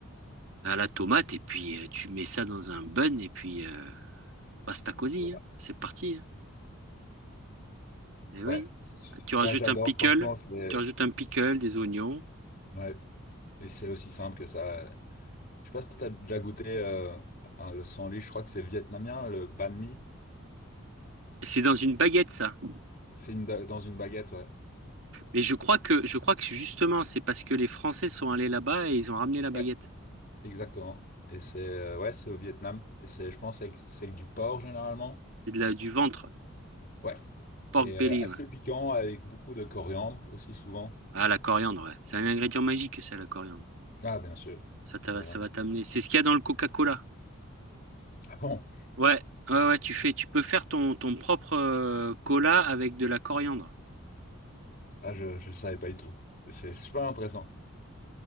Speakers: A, on the right; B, on the left.
A: à la tomate, et puis euh, tu mets ça dans un bun, et puis euh, basta così,
B: Voilà.
A: hein, c'est parti. hein. Eh oui.
B: Ouais.
A: Tu
B: Moi,
A: rajoutes
B: j'adore,
A: un pickle,
B: franchement, c'est.
A: tu rajoutes un pickle, des oignons.
B: Ouais. Et c'est aussi simple que ça. Je sais pas si t'as déjà goûté euh, un- le sandwich, je crois que c'est vietnamien, le banh mi.
A: C'est dans une baguette, ça.
B: C'est une, dans une baguette, ouais.
A: Mais je crois que, je crois que justement, c'est parce que les Français sont allés là-bas et ils ont ramené la baguette.
B: Ouais. Exactement. Et c'est euh, ouais, c'est au Vietnam. Et c'est, je pense, avec- c'est avec du porc généralement.
A: C'est de la, du ventre,
B: Ouais.
A: pork
B: Et
A: belly,
B: euh, assez
A: ouais.
B: piquant avec beaucoup de coriandre aussi souvent.
A: Ah, la coriandre, ouais. C'est un ingrédient magique, ça, la coriandre.
B: Ah, bien sûr.
A: Ça, t'a-
B: Coriandre.
A: ça va t'amener. C'est ce qu'il y a dans le Coca-Cola.
B: Ah bon?
A: Ouais, ouais, ouais, tu fais, tu peux faire ton, ton propre euh, cola avec de la coriandre.
B: Ah, je ne savais pas du tout. C'est super intéressant.